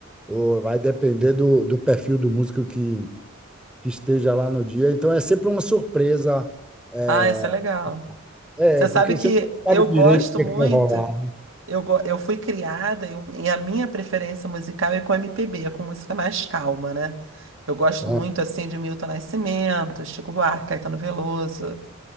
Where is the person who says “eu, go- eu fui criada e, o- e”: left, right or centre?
Right